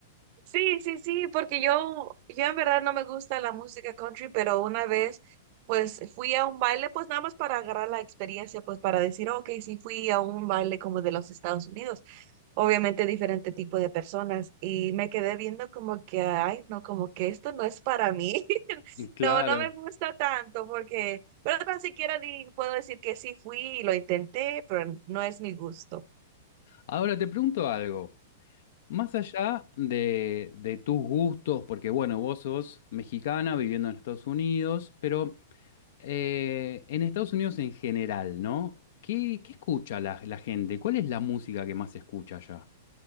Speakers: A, on the right; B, on the left.
A: Sí, sí, sí, porque yo, yo en verdad no me gusta la música country, pero una vez pues fui a un baile, pues nada más para agarrar la experiencia, pues para decir, ok, sí fui a un baile como de los Estados Unidos, obviamente diferente tipo de personas, y me quedé viendo como que, ay, no, como que esto no es para mí, <laughs>
B: Claro.
A: no, no me gusta tanto, porque, pero tan siquiera di- puedo decir que sí fui y lo intenté, pero no es mi gusto.
B: Ahora te pregunto algo. Más allá de, de tus gustos, porque bueno, vos sos mexicana viviendo en Estados Unidos, pero eh, en Estados Unidos en general, ¿no? ¿Qué, qué escucha la, la gente? ¿Cuál es la música que más se escucha allá?